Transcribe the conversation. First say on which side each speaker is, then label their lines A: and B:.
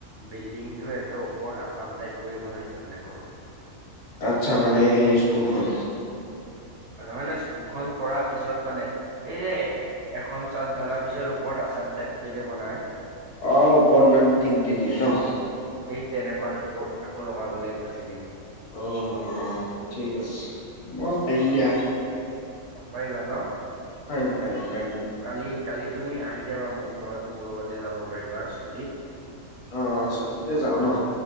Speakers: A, on the right (about 60°); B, on the left (about 65°).
A: বিল্ডিংটো একে ওপৰত আচাম টাইপ কৰি বনাইছে মানে ঘৰটো
B: আচ্ছা মানে সেই স্কুলখন
A: নহয় নহয় স্কুলখন কৰাৰ পিছত মানে এই এখন চাট ঢালাৰ পিছত ওপৰত আচাম টাইপ কৰি যে বনায়
B: অ ওপৰত মানে টিং দি দিয়ে ন
A: তেনেকুৱাত আকৌ লগাব লাগিব চিলিঙি
B: অ অ অ ঠিক আছে মই পাৰিম দিয়া।
A: অ পাৰিবা ন
B: পাৰিম পাৰিম পাৰিম।
A: কালি কালিত তুমি আহি যাবা মোৰ ঘৰত মোৰ লগতে যাব পাৰিবা স্কুটিত
B: অ স্কুটিতে যাও ন